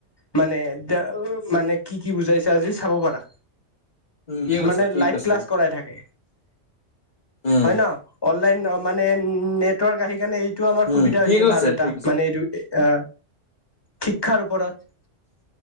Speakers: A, on the left (about 20°); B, on the left (about 35°).
A: মানে মানে কি কি বুজাইছে আজি চাব পাৰা।
B: উম ঠিক
A: মানে
B: আছে ঠিক
A: লাইভ
B: আছে
A: ক্লাছ কৰাই থাকে।
B: উম
A: হয় ন। অনলাইন মানে নেটৱৰ্ক আহি কিনে এইটো আমাৰ
B: উম
A: সুবিধা
B: ঠিক
A: হৈছে
B: আছে
A: ভাল এটা
B: ঠিক আছে
A: মানে এইটো এ শিক্ষাৰ ওপৰত।